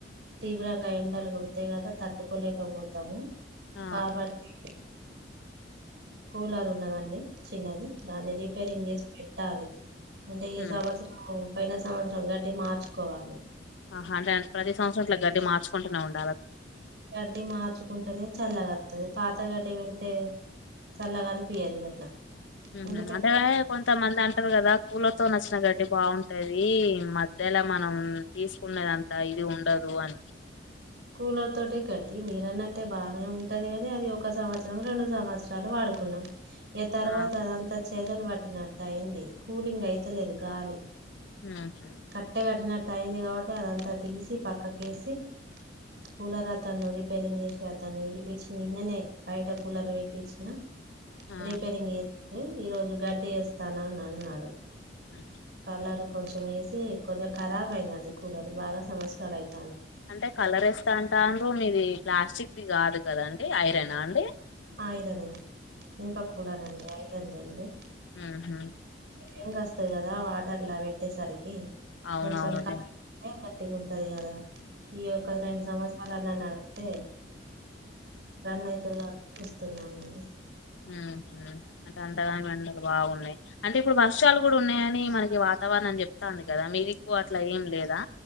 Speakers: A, on the right; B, on the left.
A: తీవ్రంగా ఎండలు కొడతాయి కదా తట్టుకోలేకపోతాము
B: ఆ
A: కాబట్టి కూలారు ఉన్నదండి చిన్నది దానిది సరింగ <unintelligible> పెట్టాలి అంటే ఈ
B: ఉమ్,
A: సంవత్సరం పైన సంవత్సరం గడ్డి మార్చుకోవాలి
B: ఆహా అంటే ప్రతి సంవత్సరమట్లా గడ్డి మార్చు కొంటున్నామండి
A: గడ్డి మార్చుకుంటేనే చల్లగా పాత గడ్డి పెడితే చల్లగనిపీయదు గట్లా
B: ఉహు
A: ఎందుకంటే
B: అంటే కొంతమంది అంటారు కదా కూలర్తో వచ్చిన గడ్డీ బాగుంటది మధ్యలా మనం తీసుకున్నదంత ఇది ఉండదు అని
A: కూలర్ తోటి గడ్డీ మీరన్నట్టే బాగానే ఉంటది గాని అది ఒక సంవత్సరం రెండు సంవత్సరాలు వాడుకున్నాం ఇక తర్వాత
B: ఆ
A: అదంతా చెదలు పట్టిన అ అయింది కూలింగ్ అయితలేదు గాలి
B: ఉమ్
A: కట్టగట్టినట్టు అయింది కాబట్టి అదంతా తీసి పక్కకేసి కూలర్ అతాను రిపేరింగ్ చేసి వతాను విలిపించి నిన్ననే బయట కూలర్ పెట్టించిన
B: ఆ
A: రీపేరింగ్ ఏ ఈ రోజు గడ్డి వేస్తానా అని అన్నాడు
B: ఉహు.
A: కలర్ కొంచెం వేసి కొంచెం ఖరాబ్ అయిందండి కూలర్ బాగా సమస్లు అయి
B: అంటే కలర్ ఇస్తా అంటా అూ మీది ప్లాస్టిక్ ఇది కాదు కదండి ఐరనా అండి
A: ఆయిరవన్ ఇ ప కూడా నండి ఆ తందండి
B: ఆహా
A: ఏంకి వస్తుది కదా వాటర్ లా పెట్టేసరికి
B: అవునవును
A: కొంచెం కరెంట్ గట్టిగా ఉంటది గదా ఈ ఒక్క రెండు సంవత్సరాల నన్నడుక్ తే రన్న్ ఐతది <inaudible> తున్నామండి
B: ఊహూ అంటే అంతగానం ఎండలు బాగున్నాయి అంటే ఇప్పుడు వర్షాలు కూడా ఉన్నాయని మనకి వాతావరణం చెప్తాంది కదా మీదిక్కువ అట్లా ఏం లేదా